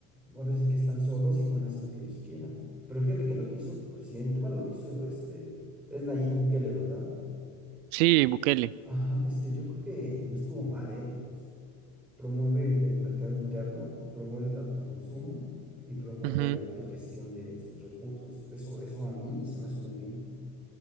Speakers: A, in the centre; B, on the right.
A: ahora sí que están solos y pueden hacer lo que ellos quieran. Pero fíjate que lo que hizo tu presidente, bueno, lo que hizo este, es Nayib Bukele, ¿verdad?
B: Sí, Bukele.
A: Ajá, este, yo creo que no estuvo mal, ¿eh? Porque pues, promueve el, el mercado interno, promueve el autoconsumo y promueve
B: Ujú.
A: la autogestión de sus recursos. Eso, eso a mí se me hace muy bien.